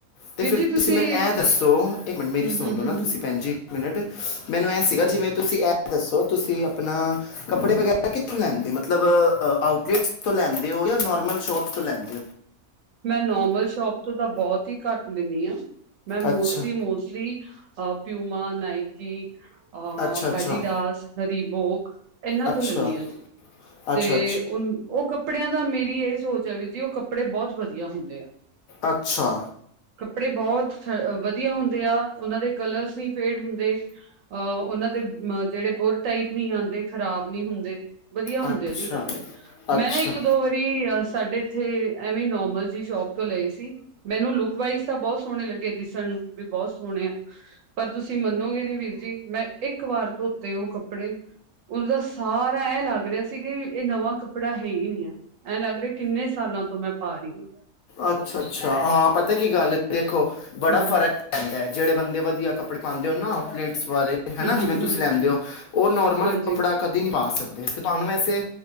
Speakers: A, on the left; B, on the right.
A: ਤੇ
B: ਵੀਰ
A: ਫਿਰ
B: ਜੀ ਤੁਸੀਂ।
A: ਮੈਨੂੰ ਇਹ ਦੱਸੋ ਇੱਕ ਮਿੰਟ ਮੇਰੀ
B: ਹੂੰ
A: ਸੁਣ
B: ਹੂੰ
A: ਲੋ
B: ਹੂੰ
A: ਨਾ ਤੁਸੀਂ
B: ਹੂੰ
A: ਭੈਣ ਜੀ ਇੱਕ ਮਿੰਟ, ਮੈਨੂੰ ਇਹਂ ਸੀਗਾ ਜਿਵੇਂ ਤੁਸੀਂ ਅ। ਦੱਸੋ ਤੁਸੀਂ ਆਪਣਾ ਕੱਪੜੇ ਵਗੈਰਾ ਕਿੱਥੋਂ ਲੈਂਦੇ ਮਤਲਬ ਆਊਟ ਲਿਟਸ ਤੋਂ ਲੈਂਦੇ ਹੋ ਯਾਂ ਨੋਰਮਲ ਸ਼ੋਪ ਤੋਂ ਲੈਂਦੇ ਹੋ।
B: ਮੈਂ ਨੋਰਮਲ ਸ਼ੋਪ ਤੋਂ ਤਾਂ ਬਹੁਤ ਤੀ ਘੱਟ ਲੈਂਦੀ ਹਾਂ। ਮੈਂ ਮੋਸਟਲੀ-ਮੋਸਟਲੀ
A: ਅੱਛਾ
B: ਅ ਪਿਊਮਾ ਨਾਇਕੀ। ਅਹ
A: ਅੱਛਾ ਅੱਛਾ
B: ਐਡੀਡਸ ਰੀਬੋਕ। ਇਹਨਾਂ
A: ਅੱਛਾ
B: ਤੋਂ ਲੈਂਦੀ ਹਾਂ ਜੀ ਤੇ
A: ਅੱਛਾ
B: ਹੁਣ ਉਹ ਕੱਪੜਿਆਂ ਦਾ ਮੇਰੀ ਇਹ ਸੋਚ ਏ ਵੀਰ ਜੀ, ਉਹ ਕੱਪੜੇ ਬਹੁਤ ਵਧੀਆ ਹੁੰਦੇ ਆ।
A: ਅੱਛਾ।
B: ਕੱਪੜੇ ਬਹੁਤ ਫ ਵਧੀਆ ਹੁੰਦੇ ਆ, ਉਹਨਾਂ ਦੇ ਕਲਰਸ ਨਹੀਂ ਫੇਡ ਹੁੰਦੇ। ਅ ਉਹਨਾਂ ਦੇ ਜਿਹੜੇ ਬੁਰ ਟਾਈਪ ਨੀ ਆਂਦੇ ਖ਼ਰਾਬ ਨੀ ਹੁੰਦੇ। ਵਧੀਆ ਹੁੰਦੇ
A: ਅੱਛਾ
B: ਆ ਜੀ ਕੱਪੜੇ,
A: ਅੱਛਾ
B: ਮੈਂ ਨਾ ਇੱਕ ਦੋ ਵਾਰੀ ਸਾਡੇ ਇੱਥੇ ਐਵੇਂ ਨੋ ਨੋਰਮਲ ਜੀ ਸ਼ੋਪ ਤੋਂ ਲਏ ਸੀ। ਮੈਨੂੰ ਲੁਕ ਵਾਈਜ਼ ਤਾਂ ਬਹੁਤ ਸੋਹਣੇ ਲੱਗੇ ਦਿਸਣ ਨੂੰ ਵੀ ਬਹੁਤ ਸੋਹਣੇ ਆ ਪਰ ਤੁਸੀਂ ਮੰਨੋਗੇ ਨੀ ਵੀਰ ਜੀ ਮੈਂ ਇੱਕ ਵਾਰ ਧੋਤੇ ਉਹ ਕੱਪੜੇ। ਉਹਨੂੰ ਦਾ ਸਾਰਾ ਐ ਲੱਗ ਰਿਹਾ ਸੀ ਕਿ ਇਹ ਨਵਾਂ ਕੱਪੜਾ ਹੈ ਹੀ ਨੀ ਆ। ਐਂ ਲੱਗ ਰਿਹਾ ਕਿੰਨੇ ਸਾਲਾਂ ਤੋਂ ਮੈਂ ਪਾ ਰਹੀ ਆ।
A: ਅੱਛਾ-ਅੱਛਾ, ਹਾਂ ਪਤਾ ਕੀ ਗੱਲ ਦੇਖੋ ਬੜਾ
B: ਹਮ
A: ਫ਼ਰਕ। ਪੈਂਦਾ ਐ, ਜਿਹੜੇ ਬੰਦੇ ਵਧੀਆ ਕੱਪੜੇ ਪਾਂਦੇ ਹੋਣ ਨਾ ਆਊਟ ਲਿਟਸ ਵਾਲੇ। ਹੈਨਾ
B: ਹਮ
A: ਜਿਵੇਂ
B: ਹਮ ਹਮ
A: ਤੁਸੀਂ ਲੈਂਦੇ ਹੋ, ਉਹ ਨੋਰਮਲ
B: ਹਾਂਜੀ
A: ਕੱਪੜਾ ਕਦੇ ਨਹੀਂ ਪਾ ਸਕਦੇ ਅਤੇ ਤੁਹਾਨੂੰ ਵਸੇ